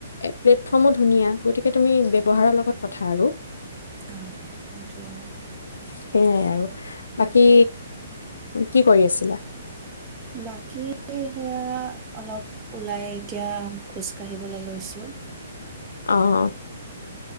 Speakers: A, on the left (about 80°); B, on the right (about 25°).
A: প্লেটফৰ্মো ধুনীয়া গতিকে তুমি ব্যৱহাৰৰ লগত কথা আৰু
B: হয় সেইটোৱে আৰু
A: সেইয়াই আৰু বাকী কি কৰি আছিলা
B: বাকী সেয়া, অলপ ওলাই এতিয়া খোজ কাঢ়িবলৈ লৈছো।
A: অ'।